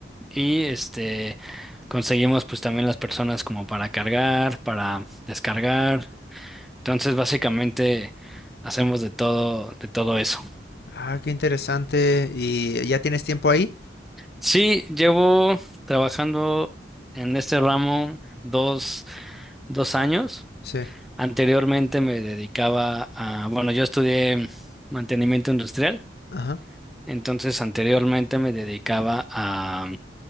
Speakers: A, in the centre; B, on the left.
A: y este conseguimos pues también las personas como para cargar, para descargar. Entonces, básicamente hacemos de todo, de todo eso.
B: Ah, qué interesante. ¿Y ya tienes tiempo ahí?
A: Sí, llevo trabajando en este ramo dos, dos años.
B: Sí.
A: Anteriormente me dedicaba a, bueno, yo estudié mantenimiento industrial,
B: Ajá.
A: entonces anteriormente me dedicaba a